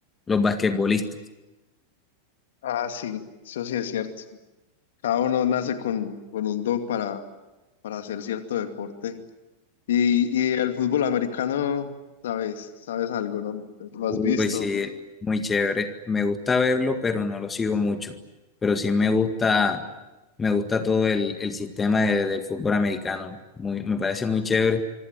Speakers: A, on the left (about 15°); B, on the left (about 60°).
A: los basquetbolistas.
B: Ah, sí, eso sí es cierto. Cada uno nace con, con un don para, para hacer cierto deporte. Y, y el fútbol americano, sabes, sabes algo, ¿no? ¿Lo
A: Uy,
B: has visto?
A: sí, muy chévere. Me gusta verlo, pero no lo sigo mucho. Pero sí me gusta, me gusta todo el, el sistema de- del fútbol americano. Muy, me parece muy chévere.